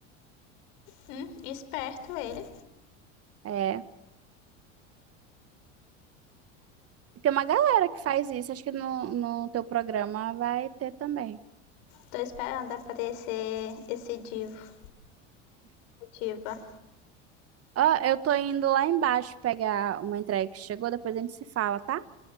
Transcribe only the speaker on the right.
É. E Tem uma galera que faz isso. Acho que no, no teu programa vai ter também.
Ó, eu tô indo lá embaixo pegar uma entrega que chegou, depois a gente se fala, tá?